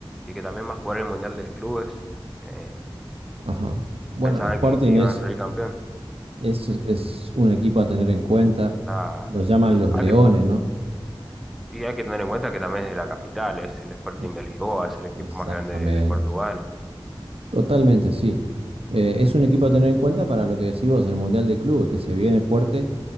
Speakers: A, in the centre; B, on the right.
A: y que también va a jugar el Mundial de Clubes, eh,
B: Ajá. Bueno,
A: pensaban
B: el Sporting
A: que, que
B: es,
A: iban a salir campeón.
B: es, es un equipo a tener en cuenta.
A: La-
B: Los llaman los
A: hay
B: Leones,
A: que-
B: ¿no?
A: y hay que tener en cuenta que también es de la capital, es el Sporting
B: Eh,
A: de Lisboa, es el equipo
B: Exactamente.
A: más grande de, de Portugal,
B: Totalmente, sí. Eh, es un equipo a tener en cuenta para lo que decís vos, el Mundial de Clubes, que se viene fuerte